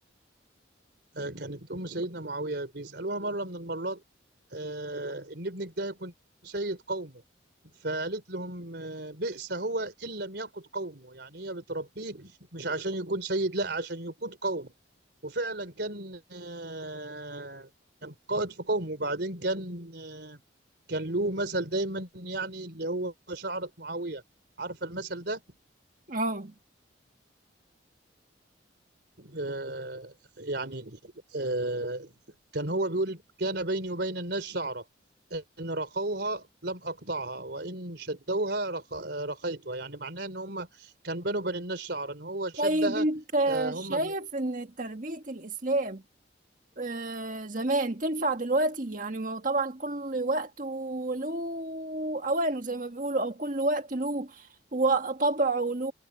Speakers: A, on the right; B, on the right.
A: آه، كانت أم سيدنا معاوية بيسألوها مرة من المرات آه، إن ابنك ده يكون سيد قومه فقالت لهم آه، بئس هو إن لم يقود قومه يعني هي بتربيه مش عشان يكون سيد لا عشان يقود قومه وفعلا كان آه، كان قائد في قومه وبعدين كان آه، كان له مثل دايما يعني اللي هو شعرة معاوية عارفة المثل ده
B: اه
A: آه، يعني آه، كان هو بيقول كان بيني وبين الناس شعرة إن رخوها لم أقطعها وإن شدوها رخ... آه، رخيتها يعني معناه إن هم كان بينه وبين الناس شعرة إن هو شدها
B: طيب انت
A: آه، هم
B: شايف
A: بي...
B: ان تربية الاسلام آه، زمان تنفع دلوقتي يعني ما هو طبعا كل وقت له اوانه زي ما بيقولوا او كل وقت له و- طبعه له